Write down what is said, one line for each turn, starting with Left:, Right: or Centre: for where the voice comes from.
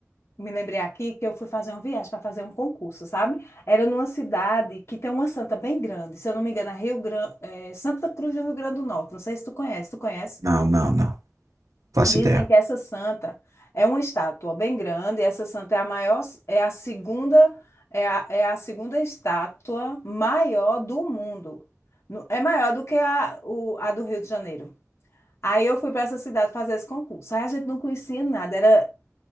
Left: me lembrei aqui que eu fui fazer uma viagem para fazer um concurso, sabe? Era numa cidade que tem uma santa bem grande, se eu não me engano, é Rio Grande, Santa Cruz do Rio Grande do Norte. Não sei se tu conhece, tu conhece?
Right: Não, não, não. Faço
Left: Dizem
Right: ideia.
Left: que essa santa é uma estátua bem grande, essa santa é a maior, é a segunda, é a, é a segunda estátua maior do mundo. No- É maior do que a, o- a do Rio de Janeiro. Aí eu fui para essa cidade fazer esse concurso. Aí a gente não conhecia nada, era